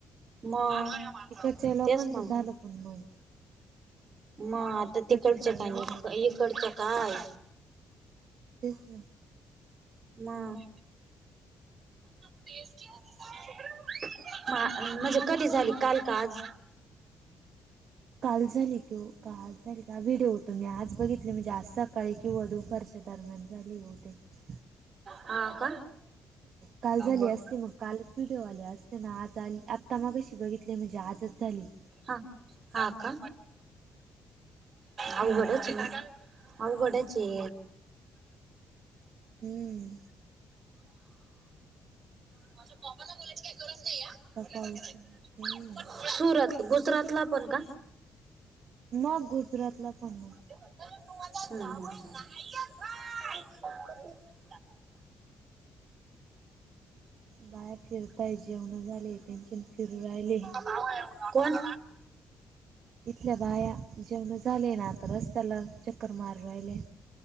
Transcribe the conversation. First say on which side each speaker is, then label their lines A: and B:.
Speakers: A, on the right; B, on the right.
A: मग
B: तिकडच्या लोकांचं
A: तेच ना
B: झालं पण <unintelligible>
A: मग.. आता
B: इकडचं
A: तिकडचं
B: टळलं
A: काय...
B: ना
A: इकडचं काय?
B: तेच ना.
A: मग. <unintelligible> हा म्हणजे कधी झाली, काल का आज?
B: काल झाली की ओ काल झाली का आज... व्हिडिओ तर मी आज बघितला म्हणजे आज सकाळी. किंवा दुपारच्या दरम्यान झाली हो त्यांची.
A: हा का?
B: काल झाली
A: बर
B: असती मग कालच व्हिडिओ आले असते ना... आज आली... आत्ता मगाशी बघितले म्हणजे आजच झाली.
A: हा हा का? अवघडच
B: हा
A: ए मग... अवघड ए चे.
B: हुं.
A: <unintelligible> <unintelligible>
B: इतका पाऊस आणि इतकं हे
A: सुरत... गुजरातला पण का?
B: मग गुजरातला पण मग.
A: हुं हुं हुं. <unintelligible>
B: बाया फिरताय... जेवणं झालेय त्यांचे... फिरू राहलेय.
A: <unintelligible> कोण?
B: इथल्या बाया. जेवणं झाले ना आता... रस्त्याला चक्कर मारू राहिल्या.